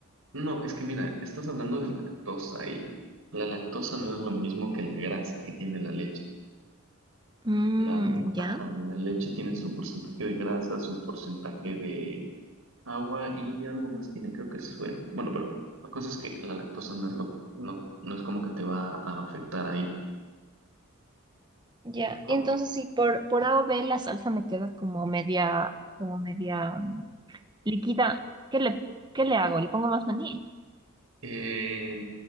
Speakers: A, on the right; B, on the right.
A: no, es que mira, estás hablando de lactosa y la lactosa no es lo mismo que la grasa que tiene la leche.
B: Mm,
A: La, ajá,
B: ya.
A: la leche tiene su porcentaje de grasa, su porcentaje de agua y algo más tiene, creo que es suero. Bueno, pero la cosa es que la lactosa no es lo, no, no es como que te va a afectar ahí.
B: Ya,
A: O-
B: y entonces sí, por, por A o B la salsa me queda como media, como media mm, líquida. ¿Qué le, qué le hago? ¿Le pongo más maní?
A: eh,